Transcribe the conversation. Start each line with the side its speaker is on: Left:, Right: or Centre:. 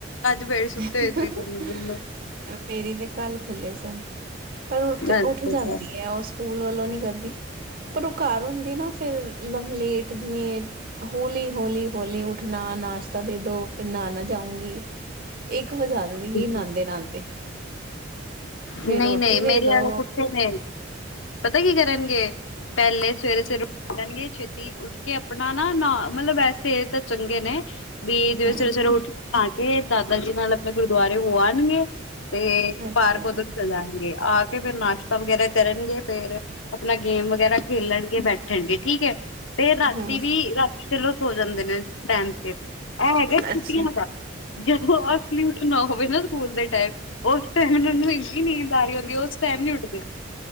Left: ਬੜੇ ਸੁੱਤੇ
Right: <unintelligible>
Left: ਹੋਏ ਸੀ ਦੋਨੋ ਦੋਨੋ
Right: ਮੇਰੀ ਦੇ ਕਲ ਖੁੱਲ੍ਹੇ ਸਨ ਪਰ ਉੱਠ
Left: ਅੱਛਾ
Right: ਉੱਠ ਜਾਂਦੀ
Left: ਅੱਛਾ
Right: ਹੈ ਉਸ ਸਕੂਲ ਵੱਲੋਂ ਨੀ ਕਰਦੀ ਪਰ ਉਹ ਘਰ ਹੁੰਦੀ ਨਾ ਫਿਰ ਲਲੇਟ ਜਿਵੇਂ ਹੋਲੀ ਹੋਲੀ ਹੋਲੀ ਉੱਠਣਾ ਨਾਸ਼ਤਾ ਦੇ ਦੋ ਫਿਰ ਨਹਾਨ ਜਾਊਂਗੀ ਇੱਕ ਵਜਾ ਦੇ
Left: ਠੀਕ-
Right: ਗੀ ਨਾਂਦੇ
Left: ਠੀਕ।
Right: ਨਾਂਦੇ ਫਿਰ
Left: ਨਹੀਂ
Right: ਰੋਟੀ
Left: ਨਹੀਂ ਮੇਰੀ
Right: ਦੋ
Left: ਆਲੇ ਪੁਠੇ ਨੇ ਪਤਾ ਕੀ ਕਰਨਗੇ ਪਹਿਲੇ ਸਵੇਰੇ-ਸਵੇਰੇ <unintelligible> ਛੇਤੀ ਉੱਠ ਕੇ ਆਪਣਾ ਨਾ ਨਾ ਮਤਲਬ ਵੈਸੇ ਇਹ ਤਾਂ ਚੰਗੇ ਨੇ ਵੀ ਜਵੇ
Right: ਹਮ
Left: ਸਵੇਰੇ ਸਵੇਰੇ ਉੱਠੀ ਖਣਾ ਕੇ ਦਾਦਾ ਜੀ ਨਾਲ ਆਪਣੇ ਗੁਰਦੁਆਰੇ ਹੋ ਆਉਣਗੇ ਤੇ
Right: ਅੱਛਾ
Left: ਪਾਰਕ ਉਧਰ ਚ ਜਾਣਗੇ ਆ ਕੇ ਫਿਰ ਨਾਸ਼ਤਾ ਵਗੈਰਾ ਕਰਨਗੇ ਫੇਰ ਆਪਣਾ ਗੇਮ ਵਗੈਰਾ ਖੇਲਣਗੇ ਬੈਠਣਗੇ ਠੀਕ ਹੈ। ਤੇ ਰਾਤੀ
Right: ਹਮ
Left: ਵੀ ਰਾਤੀ ਚਲੋ ਸੋ ਜਾਂਦੇ ਨੇ ਟਾਈਮ ਫਿਰ ਇਹ ਹੈਗਾ
Right: ਅੱਛਾ
Left: ਛੁਟੀਆਂ ਦਾ ਜਦੋਂ ਅਸਲੀ ਉੱਠਣਾ ਹੋਵੇ ਨਾ ਸਕੂਲ ਦੇ ਟਾਈਮ ਉਸ ਟਾਈਮ ਉਹਨੂੰ ਇੰਨੀ ਨੀਂਦ ਆ ਰਹੀ ਆਉਂਦੀ ਉਸ ਟਾਈਮ ਨੀ ਉੱਡਦੇ